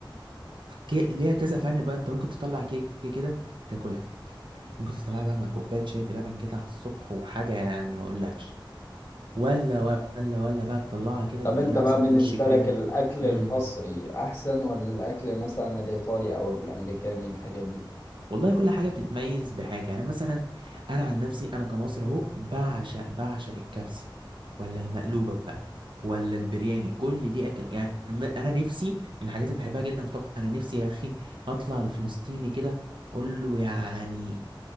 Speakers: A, on the right; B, on the left.
A: كي... ليها كذا فن بقى انت ممكن تطلع كيك كده تاكلها ممكن تطلعها بقى مع كوبايه شاي بلبن كده على الصبح وحاجه يعني ما اقولكش ولا ولا ولا بقى تطلعها كده
B: طب
A: تديها
B: انت
A: مثلا
B: بقى بالنسبة
A: وش كريمه
B: لك الاكل
A: امم
B: المصري احسن ولا الاكل مثلا الايطالي او الامريكاني الحاجات دي
A: والله كل حاجه بتتميز بحاجه يعني مثلا انا عن نفسي انا كمصري اهو بعشق بعشق الكبسه ولا المقلوبه بقى ولا البرياني كل دي أكل يعني م- انا نفسي من الحاجات اللي بحبها جدا في الطبخ انا نفسي يا اخي اطلع لفلسطيني كده اقول له يعني